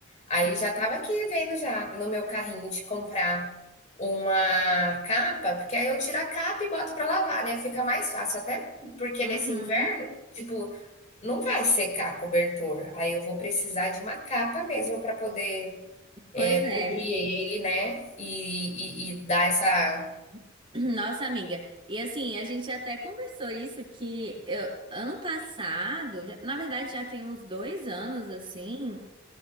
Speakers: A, on the left; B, on the right.
A: Aí já estava aqui vendo já no meu carrinho de comprar uma capa, porque aí eu tiro a capa e boto para lavar, né, fica mais fácil, até porque
B: Uhum.
A: nesse inverno, tipo, não vai secar cobertor, aí eu vou precisar de uma capa mesmo para poder, eh,
B: Pois é,
A: cobrir ele, né, e e e dar essa
B: <clears throat> nossa amiga. E assim, a gente até conversou isso que eu- ano passado, já- na verdade já tem uns dois anos assim.